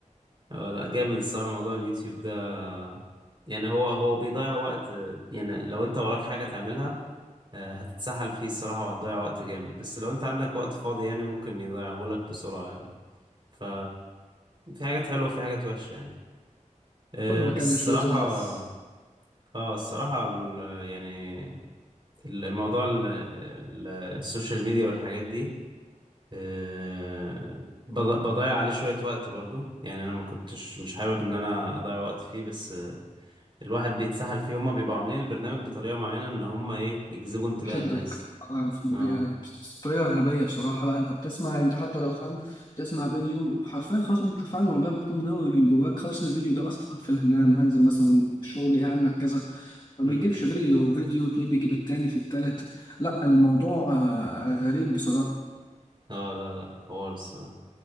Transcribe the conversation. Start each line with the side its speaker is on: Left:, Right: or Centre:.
Right: آه، لا جامد الصراحه موضوع اليوتيوب ده يعني هو هو بيضيع وقت آه، يعني لو انت وراك حاجه تعملها آه، هتتسحل فيه الصراحه وهتضيع وقت جامد بس لو انت عندك وقت فاضي يعني ممكن يضيعهولك بسرعه يعني ف في حاجات حلوة وفي حاجات وحشة يعني آه،
Left: كله مكان
Right: بس الصراحة
Left: مش في اليوتيوب بس
Right: اه الصراحة ال- يعني الموضوع ال- ال- السوشيال ميديا والحاجات دي آه، بض- بضيع عليه شوية وقت برضو يعني أنا ما كنتش مش حابب إن أنا أضيع وقت فيه بس آه، الواحد بيتسحل فيه هما بيبقوا عاملين البرنامج بطريقة معينة إن هما إيه يجذبوا انتباه
Left: شدك
Right: الناس
Left: آه، ف- ب-
Right: اه
Left: بس- بطريقة غربية بصراحة لا انت بتسمع انت حتى لو فاهم بتسمع فيديو حرفيا خلاص انت فعلا والله بتكون ناوي من جواك خلاص الفيديو ده مثلا هقعد في الهنام هنزل مثلا شغلي هعمل كذا ما
Right: امم
Left: بيجيبش فيديو فيديو تلاقيه بيجيب التاني في التالت لا الموضوع آه، غريب بصراحة
Right: اه لا لا حوار الصراحة